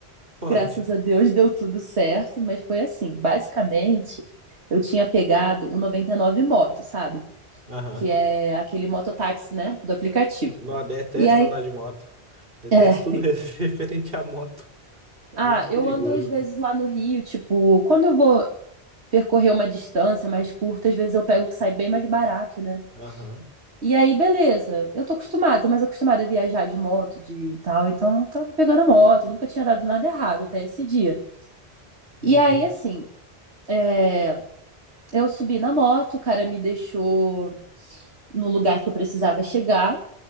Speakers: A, on the right; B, on the right.
A: pode.
B: Graças a Deus deu tudo certo, mas foi assim. Basicamente, eu tinha pegado o 99 Moto, sabe?
A: Aham.
B: Que é aquele mototáxi, né? Do aplicativo.
A: Não, detesto
B: E aí.
A: andar de moto. Detesto
B: É.
A: tudo
B: <laughs>
A: <laughs> referente à moto.
B: Ah,
A: Muito perigoso.
B: eu ando às vezes lá no Rio, tipo, quando eu vou percorrer uma distância mais curta, às vezes eu pego o que sai bem mais barato, né?
A: Aham.
B: E aí, beleza. Eu tô acostumada, tô mais acostumada a viajar de moto, de tal. Então, eu tava pegando a moto, nunca tinha dado nada errado até esse dia.
A: Uhum.
B: E aí, assim, é, Eu subi na moto, o cara me deixou no lugar que eu precisava chegar,